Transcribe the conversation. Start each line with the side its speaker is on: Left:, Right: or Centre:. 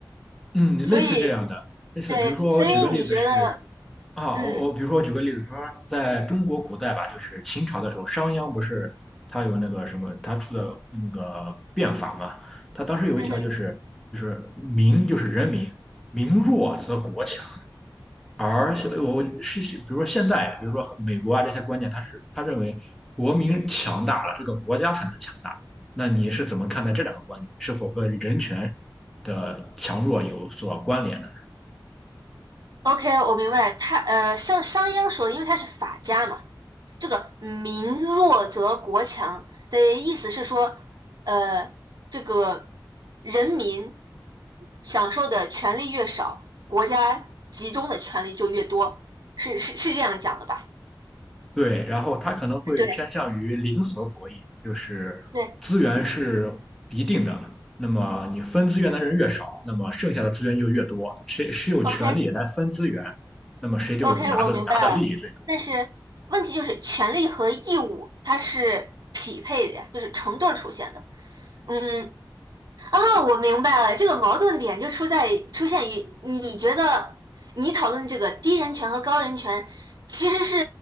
Centre: 嗯，
Right: 所以，
Centre: 类似这样的，类似，
Right: 对，
Centre: 比如说我举个例子是。
Right: 所以你觉得，
Centre: 啊，
Right: 嗯
Centre: 我我比如说，我举个例子，比如说在中国古代吧，就是秦朝的时候，商鞅不是他有那个什么，他出的那个变法嘛，他当时有一条就是就是民就是人民，
Right: 嗯哼。
Centre: 民弱则国强，而现我我是是比如说现在，比如说美国啊这些观念，他是他认为国民强大了，这个国家才能强大。那你是怎么看待这两个观点？是否和人权的强弱有所关联呢？
Right: OK，我明白。他呃，像商鞅说的，因为他是法家嘛，这个“民弱则国强”的意思是说，呃，这个人民享受的权利越少，国家集中的权利就越多，是是是这样讲的吧？
Centre: 对，然后他可能会偏向于零和博弈，
Right: 对
Centre: 就是资源是一定的，
Right: 对
Centre: 那么你分资源的人越少，那么剩下的资源就越多，谁谁有权利来分资源，
Right: ，OK
Centre: 那么谁就拿的拿的利益最多。
Right: OK，我明白了。但是问题就是，权利和义务它是匹配的呀，就是成对儿出现的。嗯，啊，我明白了，这个矛盾点就出在出现于你觉得你讨论这个低人权和高人权，其实是